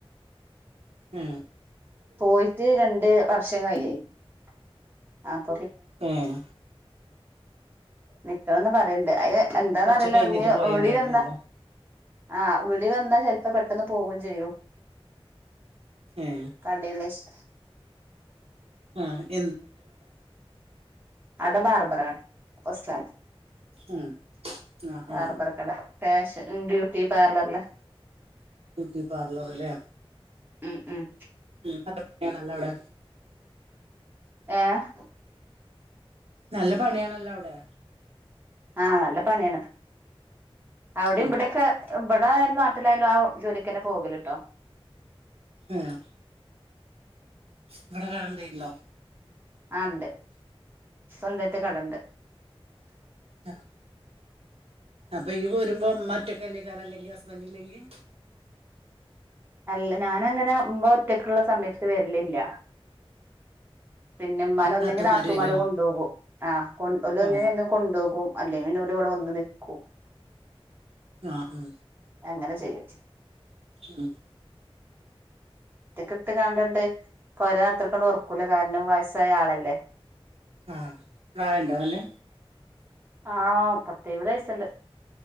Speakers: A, on the right; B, on the right.
A: മ്
B: പോയിട്ട് രണ്ട് വർഷം കഴിഞ്ഞെ, <unintelligible>
A: ഏഹ്
B: നിക്കണംന്ന് പറയ്ണ്ട് അയ്ല് എന്താന്ന്
A: കൊറച്ച്
B: അറിയില്ല
A: കഴിഞ്ഞിട്ട്
B: ഇഞ്ഞി
A: പോയാൻ
B: വുളി
A: പറഞ്ഞല്ലോ
B: വന്നാ ആഹ് വുളി വന്നാ ചെല് പ്പൊം പെട്ടെന്ന് പോകും ചെയ്യും
A: ഏ
B: കടേന്നശ്
A: ആഹ്
B: ഔടെ ബർബറാണ് ഒസ്സാൻ
A: ഉം ആ
B: ബാർബറ്
A: ആ
B: കട ഫാഷൻ ബ്യൂട്ടി പാർലർല
A: ബ്യൂട്ടി പാർലറ്ലെ
B: ഉം ഉം
A: ഉം അത ആണല്ലോ ഔടെ
B: ഏഹ്
A: നല്ല പണിയാണല്ലോ ഔടെ
B: ആഹ് നല്ല പണ്യാണ് അവിടിം
A: ഉം
B: ഇബെട്യെക്കെ ലായാലും നാട്ടിലായാലും ആ ജോലിക്കന്നെ പോകല്ട്ടോ
A: ഉം ഇവിടെ കാടണ്ടേന്നോ?
B: ആണ്ട് സ്വന്തായിട്ട് കടണ്ട്
A: ആഹ് അപ്പൊ യ്യ് പോരുമ്പോ മ്മൊറ്റക്കല്ലേക്കാരം അല്ലെങ്കി ഹസ്ബന്റില്ലെങ്കി
B: അല്ല ഞാന് അങ്ങനെ മ്മൊറ്റക്ക്‌ള്ള സമയത്ത് വർലില്ല പിന്നെമ്മാനെ ഒന്നെങ്കി
A: നാത്തൂമാര്
B: നാത്തൂമ്മാര്
A: വരുവോ
B: കൊണ്ടോകും ആഹ് ഓലെങ്ങനേലും
A: ആ
B: കൊണ്ടോകും അല്ലെങ്കില് ഓല് ഇവടെ വന്ന് നിക്കും
A: ആഹ്
B: അങ്ങനെ ചെയ്യും
A: ഉം
B: കിട്ട് കാണ്ട്ട്ട് പൊരാ അത്രക്കണ്ട് ഒറക്കൂല കാരണം വയസ്സായ ആളല്ലേ
A: ആഹ് പ്രായണ്ടോ ന്നല്ല
B: ആഹ് പത്ത എഴ്പത് വയസ്റ്റ്ണ്ട്